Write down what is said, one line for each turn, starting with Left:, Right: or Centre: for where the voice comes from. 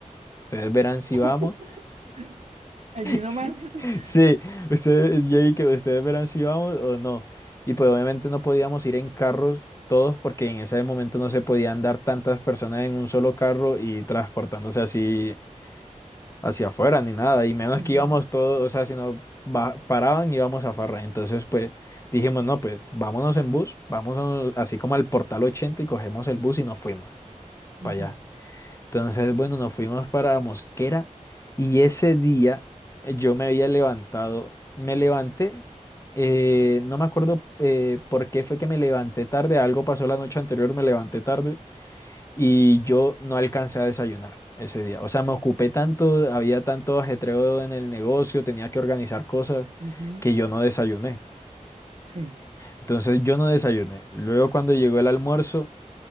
Left: ustedes verán si
Right: <laughs>
Left: vamos
Right: Allí nomás.
Left: Sí, sí,
Right: <laughs>
Left: ustedes, yo vi que ustedes verán si íbamos o no. Y pues obviamente no podíamos ir en carros todos porque en ese momento no se podían dar tantas personas en un solo carro y transportándose así hacia afuera ni nada. Y menos
Right: Ujú,
Left: que íbamos todos, o sea, si no ba- paraban íbamos a Farra. Entonces pues dijimos, no, pues vámonos en bus, vámonos así como al Portal 80 y cogemos el bus y nos fuimos
Right: ujú,
Left: para allá. Entonces, bueno, nos fuimos para Mosquera y ese día eh, yo me había levantado, me levanté, eh, no me acuerdo eh, por qué fue que me levanté tarde, algo pasó la noche anterior, me levanté tarde y yo no alcancé a desayunar ese día. O sea, me ocupé tanto, había tanto ajetreo en el negocio, tenía que organizar cosas
Right: ujú.
Left: que yo no desayuné.
Right: Sí.
Left: Entonces, yo no desayuné. Luego, cuando llegó el almuerzo,